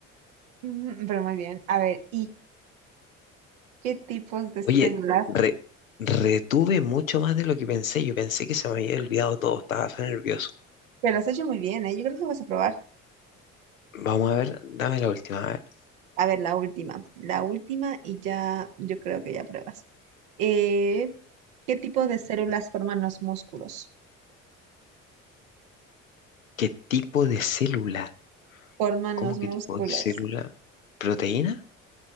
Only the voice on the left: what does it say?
Oye,
re- retuve mucho más de lo que pensé. Yo pensé que se me había olvidado todo, estaba tan nervioso.
Vamos a ver, dame la última. A ver,
¿qué tipo de célula?
¿Cómo
qué
tipo de célula? ¿Proteína?